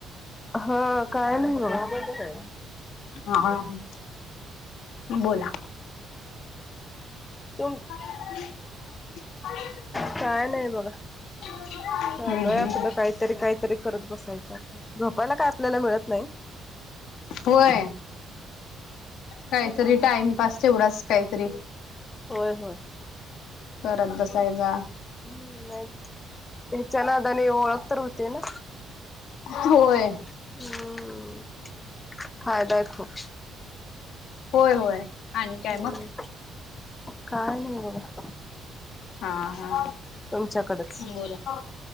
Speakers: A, on the left (about 20°); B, on the left (about 80°).
A: हा काय नाही बगा
B: हा हा, बोला.
A: तुम
B: <inaudible>
A: काय नाही बघा.
B: हम्म
A: चालूय
B: हम्म
A: आपलं काहीतरी काहीतरी करत बसायचं. झोपायला काय आपल्याला मिळत नाही.
B: होय काहीतरी टाइमपास तेवढाच काहीतरी.
A: होय होय.
B: करत बसायचा.
A: हम्म, न्हाय तेच्या नादाने ओळख तर होते ना.
B: होय.
A: हम्म. फायदा आहे खूप
B: होय होय. आणि काय
A: हं.
B: मग
A: काय नाही बघा.
B: आ हा
A: तुमच्याकडच.
B: बोला.